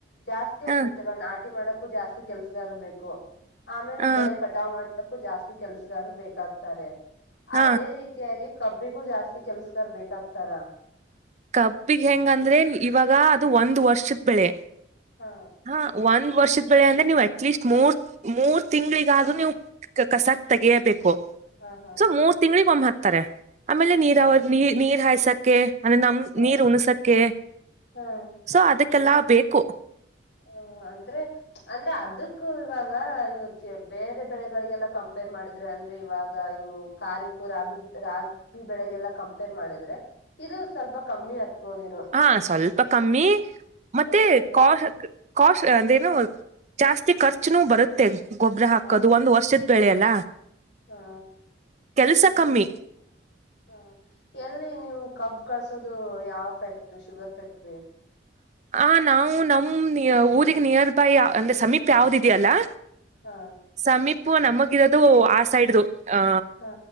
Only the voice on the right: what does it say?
ಹ
ಹ
ಹ
ಕಬ್ಬಿಗ್ ಹೆಂಗಂದ್ರೆ ಇವಾಗ ಅದು ಒಂದ್ ವರ್ಷದ್ ಬೆಳೆ.
ಹಾ ಒಂದ್ ವರ್ಷದ ಬೆಳೆ ಅಂದ್ರೆ ನೀವು್ ಅಟ್ಲೀಸ್ಟ್ ಮೂರ್ ಮೂರ್ ತಿಂಗಳಿಗಾದ್ರೂ ನೀವು. ಕಸಾಕ್ ತೆೆಗೆಯಬೇಕು.
ಸೊ ಮೂರ್ ತಿಂಗಳಗ್ ಒಮ್ಮ್ ಹತ್ತಾರೆ ಆಮೇಲೆ ನೀರ್ ನೀ ನೀರ್ ಹಾಯ್ಸಕ್ಕೆ. ಅಂದೇ ನಮ
ನೀರ್
ಉಣಸಕೆ
ಸೊ ಅದಕ್ಕೆಲ್ಲಾ ಬೇಕು.
ಹಾ ಸ್ವಲ್ಪ ಕಮ್ಮಿ ಮತ್ತೆ
ಕಾ ಕಾಸ್ಟ್ ಅಂದ್ರೆನು ಜಾಸ್ತಿ ಖರ್ಚುನುೂ ಬರುತ್ತೆ. ಗೊಬ್ಬ್ರ ಹಾಕೋದು
ಒಂದ ವರ್ಷದ ಬೆಳೆಯಲ್ಲ
ಕೆಲ್ಸ
ಕಮ್ಮಿ.
ಆ ನಾವು ನಮ್ ಊರಿಗೆ ನಿಯರ್ ಬೈ ಅಂದ್ರೆ ಸಮೀಪ ಯಾವ್ದಿದ್ಯಲ್ಲಾ.
ಸಮೀಪ ನಮಗಿರೋದು ಆ ಸೈಡ್ದು ಅ